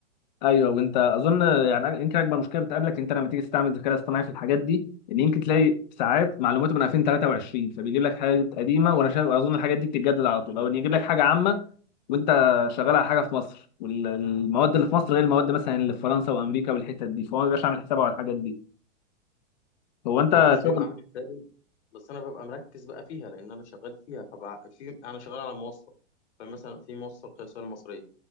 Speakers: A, on the left; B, on the left.
A: ايوه وانت اظن يعني يمكن اكبر مشكله بتقابلك انت لما تيجي تستعمل الذكاء الاصطناعي في الحاجات دي ان يمكن تلاقي ساعات معلوماته من 2023 فبيجيب لك حاجات قديمه وانا شايف اظن الحاجات دي بتتجدد على طول او ان يجيب لك حاجه عامه وانت شغال على حاجه في مصر والمواد اللي في مصر غير المواد مثلا اللي في فرنسا وامريكا والحتت دي فهو ما بيبقاش عامل حسابه على الحاجات دي هو انت
B: هو مش بيبقى
A: شغل
B: عامل حسابي بس انا ببقى مركز بقى فيها لان انا شغال فيها فبقى في انا شغال على موصل فمثلا في موصل قياسيه المصريه